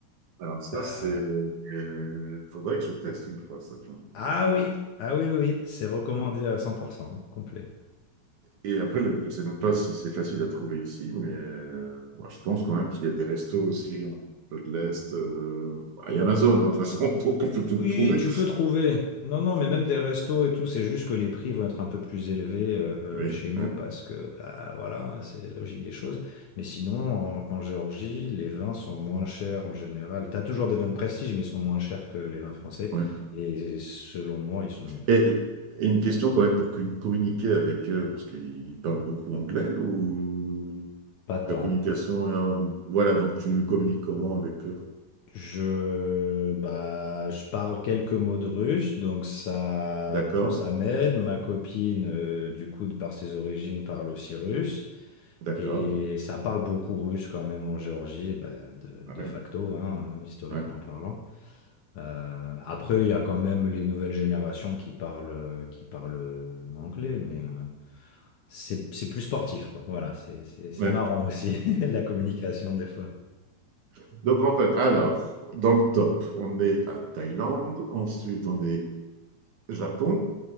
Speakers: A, on the right; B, on the left.
A: Alors ça,
B: Euh,
A: c'est... Il faudrait que je teste une fois, ça. tiens.
B: Ah oui, ah oui, oui, oui. c'est recommandé à 100%, hein, complet.
A: Et après, je ne sais même pas si c'est facile à trouver ici, mais euh, bon, je pense quand même qu'il y a des restos aussi, hein, un peu de l'Est. euh, bah, il y a Amazon, hein, de toute façon, <laughs> donc on peut tout
B: Oui,
A: trouver.
B: tu peux trouver. Non, non, mais même des restos et tout, c'est juste que les prix vont être un peu plus élevés euh, euh,
A: Oui,
B: chez nous
A: ouais,
B: parce que, bah voilà, hein, c'est la logique des choses. Mais sinon, en, en Géorgie, les vins sont moins chers en général. T'as toujours des vins de prestige, mais ils sont moins chers que les vins français.
A: ouais.
B: Et selon moi, ils sont meilleurs.
A: Et, et une question quand même pour cu- communiquer avec eux, parce qu'ils parlent beaucoup anglais ou...
B: Pas tant.
A: La communication, euh, voilà, donc tu communiques comment avec eux?
B: Je, bah, je parle quelques mots de russe, donc ça,
A: D'accord,
B: bon, ça m'aide. Ma copine, euh, du coup, de par ses origines, parle aussi russe.
A: d'accord.
B: Et ça parle beaucoup russe quand même en Géorgie, bah, de, de
A: Ah ouais,
B: facto, hein, historiquement
A: ouais,
B: parlant. Euh, après, il y a quand même les nouvelles générations qui parlent, qui parlent anglais, mais euh, c'est, c'est plus sportif, quoi. Voilà, c'est c'est- c'est
A: ouais.
B: marrant aussi, <laughs> la communication des fois.
A: Donc en fait, alors, dans le top, on est à Thaïlande, ensuite on est Japon,